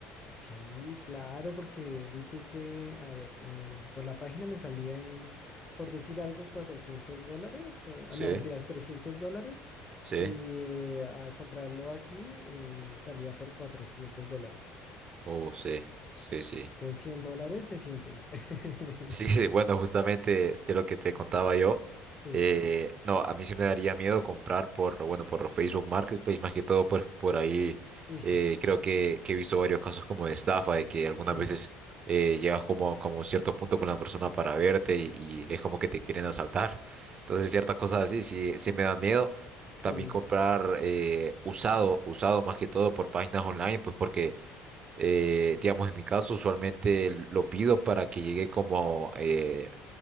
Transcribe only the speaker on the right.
Sí,
sí,
oh, sí, sí, sí.
Sí, sí, bueno, justamente de lo que te contaba yo,
eh, no, a mí sí me daría miedo comprar por, bueno, por Facebook Marketplace, más que todo por, por ahí,
eh, creo que, que he visto varios casos como de estafa, de que algunas
veces eh, llegas como, como a cierto punto con la persona para verte y, y es como que te quieren asaltar, entonces ciertas cosas así sí, sí me da miedo,
también comprar eh, usado, usado más que todo por páginas online, pues porque eh, digamos, en mi caso, usualmente lo pido para que llegue como eh,